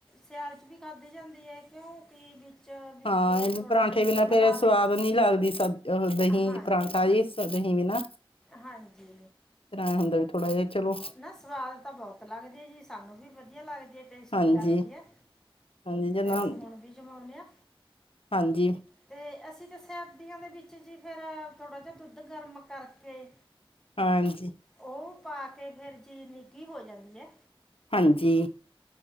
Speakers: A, in the centre; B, on the left.
A: ਸਿਆਲ 'ਚ ਵੀ ਖਾਧੀ ਜਾਂਦੀ ਹੈ। ਕਿਉਂਕਿ ਵਿੱਚ ਵੀ
B: ਹਾਂ
A: ਜੇ
B: ਇਹ ਵੇ
A: ਥੋੜ੍ਹਾ
B: ਪਰਾਂਠੇ
A: ਜਿਹਾ ਦੁੱਧ
B: ਬਿਨਾ ਫੇਰ
A: ਮਿਲਾ
B: ਸਵਾਦ
A: ਲਏ
B: ਨੀ ਲੱਗਦੀ ਸ-ਦਹੀਂ
A: ਹਾਂਜੀ
B: ਪਰਾਂਠਾ ਵੀ ਦਹੀ ਵੀ ਨਾ।
A: ਹਾਂਜੀ।
B: ਫੇਰ ਆ ਹੁੰਦਾ ਥੋੜਾ ਜਿਹਾ ਚਲੋ
A: ਨਾ ਸਵਾਦ ਤਾਂ ਬਹੁਤ ਲੱਗਦੇ ਜੀ। ਸਾਨੂੰ ਵੀ ਵਧੀਆ ਲੱਗਦੀ ਹੈ। ਟੇਸਟੀ
B: ਹਾਂਜੀ
A: ਲੱਗਦੀ ਹੈ।
B: ਹਾਂਜੀ ਜਿੰਨਾ
A: ਤੇ ਅਸੀਂ ਹੁਣ ਵੀ ਜਮਾਉਦੇ ਹਾਂ।
B: ਹਾਂਜੀ
A: ਤੇ ਅਸੀਂ ਤਾਂ ਸਰਦੀਆਂ ਦੇ ਵਿੱਚ ਜੀ ਫੇਰ ਥੋੜ੍ਹਾ ਜਿਹਾ ਦੁੱਧ ਗਰਮ ਕਰਕੇ
B: ਹਾਂਜੀ।
A: ਉਹ ਪਾ ਕੇ ਫੇਰ ਜੀ ਨਿੱਘੀ ਹੋ ਜਾਂਦੀ ਹੈ।
B: ਹਾਂਜੀ।